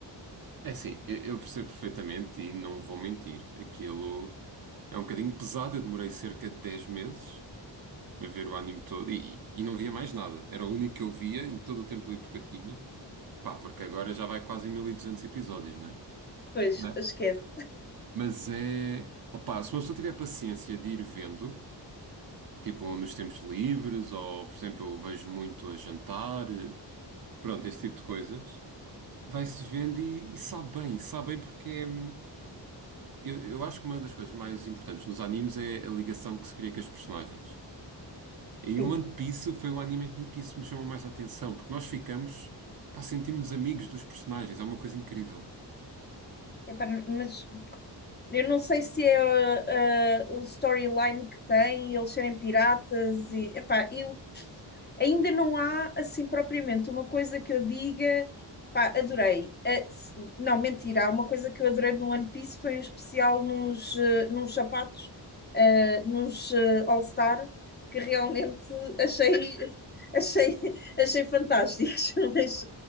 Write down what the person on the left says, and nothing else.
Pois,
esquece.
Sim.
Epá, mas eu não sei se é uh, uh, o storyline que tem, eles serem piratas e epá, eu ainda não há assim propriamente uma coisa que eu diga, pá, adorei. Eh, se- não, mentira, há uma coisa que eu adorei no One Piece foi um especial nos, eh, nos sapatos, eh, nos eh, All Star, que realmente achei, <laughs> achei, achei fantásticos, <laughs> mas